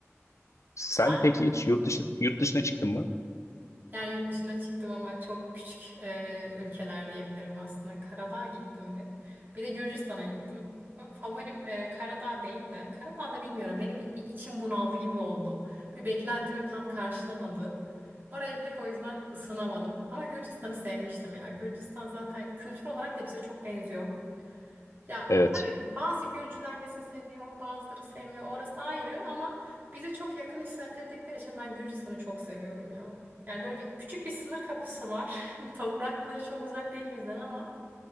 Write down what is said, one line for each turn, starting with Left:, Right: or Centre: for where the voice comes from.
Left: Sen
Right: Sen
Left: peki hiç yurt dışı, yurt dışına çıktın mı?
Right: Yani yurt dışına çıktım ama çok küçük e, ülkeler diyebilirim aslında. Karadağ'a gittim bir. Bir de Gürcistan'a gittim. Ama Favorim e, Karadağ değil de Karadağ'da bilmiyorum benim bir içim bunaldı gibi oldu. Bir beklentimi tam karşılamadı. Orayı pek o yüzden ısınamadım. Ama Gürcistan'ı sevmiştim ya. Gürcistan zaten kültür olarak da bize çok benziyor. Ya
Left: Evet.
Right: tabii bazı Gürcüler bizi seviyor, bazıları sevmiyor. Orası ayrı ama bize çok yakın hissettirdikleri için ben Gürcistan'ı çok seviyorum ya. Yani böyle bir küçük bir sınır kapısı var. <laughs> Toprakları çok uzak değil bizden ama